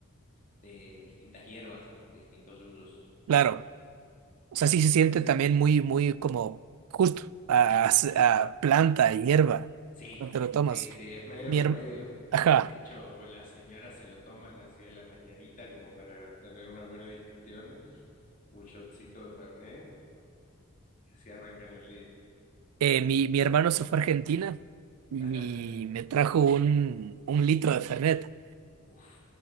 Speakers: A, on the left; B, on the right.
A: de distintas hierbas, de distintos yuyos.
B: Claro. O sea, sí
A: Entonces,
B: se siente también muy, muy como justo a, a- a planta, a hierba,
A: sí,
B: cuando te lo tomas.
A: sí, sí, es medio
B: Mi,
A: remedio.
B: her- Ajá.
A: De hecho, las señoras se lo toman así a la mañanita como para tener una buena digestión, un shotcito de Fernet, y así arrancan el día.
B: Eh, mi, mi hermano se fue a Argentina y
A: Ajá.
B: me trajo un, un litro de Fernet.
A: Uf.